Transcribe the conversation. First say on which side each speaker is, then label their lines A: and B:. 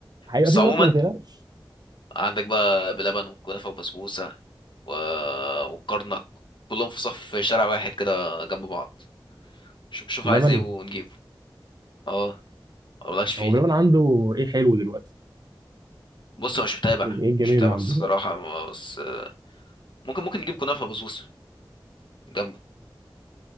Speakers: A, on the right; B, on the left.
A: هيبقى
B: بس
A: في
B: عموما
A: بطن ما تقلقش
B: عندك بقى بلبن وكنافه وبسبوسه و... والكرنك كلهم في صف في شارع واحد كده جنب بعض شوف شوف
A: بلبن
B: عايز ايه ونجيبه اه مبلاش فيه
A: هو بلبن عنده ايه حلو دلوقتي
B: بص انا مش متابع
A: يعني ايه الجميل
B: مش متابع
A: اللي عنده
B: الصراحه
A: دلوقتي
B: بس ممكن ممكن نجيب كنافه وبسبوسه جنبه